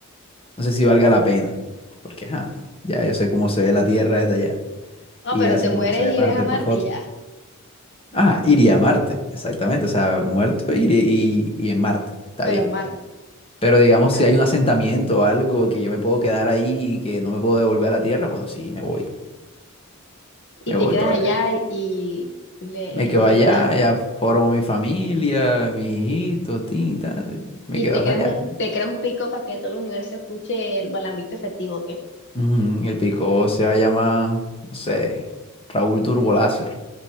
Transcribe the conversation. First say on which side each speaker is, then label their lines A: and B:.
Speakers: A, on the left; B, on the left.
A: no sé si valga la pena, porque ajá, ya yo sé cómo se ve la Tierra desde allá
B: Ah,
A: y
B: pero
A: ya
B: te
A: sé
B: mueres
A: cómo se ve
B: y
A: Marte
B: ves a Marte
A: por foto.
B: ya.
A: ah iría a Marte, exactamente, o sea, muerto iré y, y en Marte, está
B: Pero
A: bien.
B: a Marte,
A: Pero digamos,
B: claro.
A: si hay un asentamiento o algo que yo me puedo quedar ahí y que no me puedo devolver a la tierra, bueno, sí, me voy.
B: y
A: Me
B: te
A: voy
B: quedas
A: para
B: allá
A: ver.
B: y le,
A: Me quedo
B: le
A: allá,
B: das,
A: ya formo mi familia, mis hijitos, tin, tal. Me
B: y
A: quedo
B: te
A: hasta
B: creas
A: allá.
B: un, te creas un pico para que todo el universo escuche el balambito efectivo que
A: Ujú, El pico se va a llamar, no sé, Raúl Turboláser.